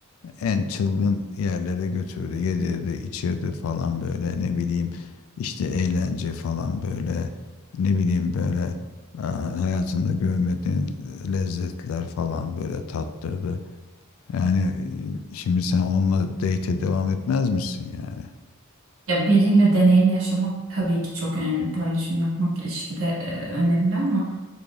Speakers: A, on the left (about 70°); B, on the right (about 70°).
A: en çılgın yerlere götürdü. Yedirdi, içirdi falan böyle ne bileyim işte eğlence falan böyle ne bileyim böyle e, hayatında görmediğin lezzetler falan böyle tattırdı. Yani e, şimdi sen onunla date'e devam etmez misin yani?
B: Ya biriyle deneyim yaşamak tabii ki çok önemli. Paylaşım yapmak ilişkide e, önemli ama